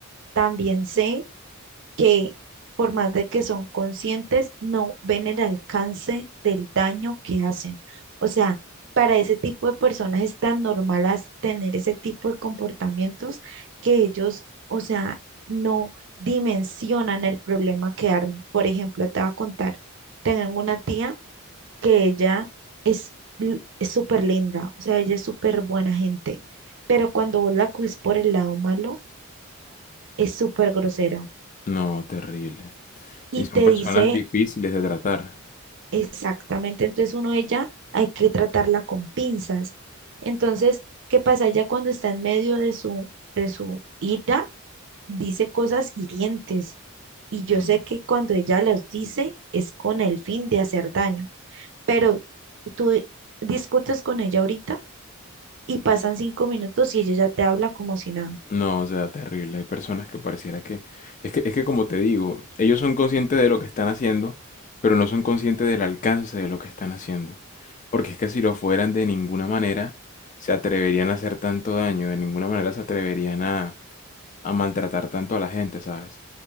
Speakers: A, on the right (about 60°); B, on the left (about 35°).
A: También sé que por más de que son conscientes, no ven el alcance del daño que hacen. O sea, para ese tipo de personas es tan normal as- tener ese tipo de comportamientos que ellos, o sea, no dimensionan el problema que arman. Por ejemplo, te voy a contar, tengo una tía que ella es l- es súper linda, o sea, ella es súper buena gente, pero cuando vos la coges por el lado malo, es súper grosera
B: No, terrible.
A: y
B: Y son
A: te
B: personas
A: dice
B: difíciles de tratar.
A: Exactamente, entonces uno ella hay que tratarla con pinzas. Entonces, ¿qué pasa? Ella cuando está en medio de su, de su ira, dice cosas hirientes. Y yo
B: Mm.
A: sé que cuando ella las dice es con el fin de hacer daño. Pero tú discutes con ella ahorita y pasan cinco minutos y ella ya te habla como si nada.
B: No, o sea, terrible. Hay personas que pareciera que... Es que, es que como te digo, ellos son conscientes de lo que están haciendo, pero no son conscientes del alcance de lo que están haciendo. Porque es que si lo fueran de ninguna manera, se atreverían a hacer tanto daño, de ninguna manera se atreverían a, a maltratar tanto a la gente, ¿sabes?